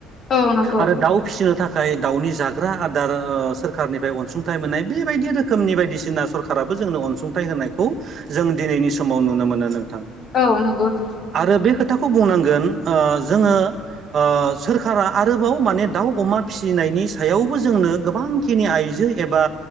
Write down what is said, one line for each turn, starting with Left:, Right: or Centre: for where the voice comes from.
Left: औ नंगौ
Right: आरो दाउ फिसिनो था खाय दाउनि जाग्रा आदार ओ सोरखारनिफ्राय अनसुंथाइ मोननाय बेबायदि रोखोमनि बायदिसिना सरखाराबो जोंनो अनसुंथाइ होनायखौ जों दिनैनि समाव नुनो मोनो नोंथां
Left: औ नंगौ नोंथां
Right: आरो बे खोथा खौ बुंनांगोन ओ जोङो ओ सोरखारा आरोबाव माने दाउ अमा फिसिनायनि नि सायावबो जोंनो गोबांखिनि आइजो एबा